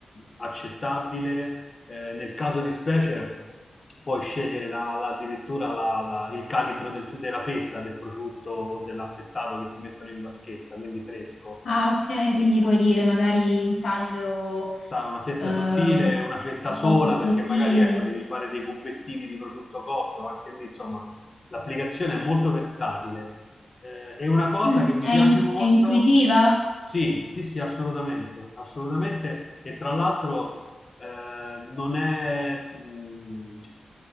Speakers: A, on the left; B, on the left.
A: accettabile. Eh, nel caso di specie puoi scegliere la, la, addirittura la, la, il calibro del, della fetta del prosciutto o dell'affettato che ti mettono in vaschetta, quindi fresco.
B: Ah, ok, quindi puoi dire magari un taglio
A: sa, una fetta
B: eh,
A: sottile,
B: un
A: una fetta
B: un
A: sola,
B: po' più sottile.
A: perché magari ecco, devi fare dei cubettini di prosciutto cotto, anche lì, insomma, l'applicazione è molto versatile. Eh, è una cosa
B: Mm,
A: che mi
B: è,
A: piace
B: in-
A: molto,
B: è intuitiva?
A: sì, sì, sì, assolutamente, assolutamente, e tra l'altro eh, non è, mh,